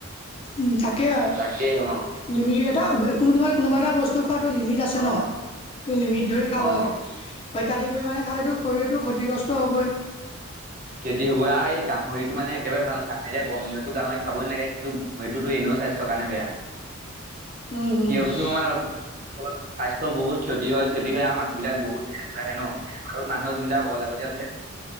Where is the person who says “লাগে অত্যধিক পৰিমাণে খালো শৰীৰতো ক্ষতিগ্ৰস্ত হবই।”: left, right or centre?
Left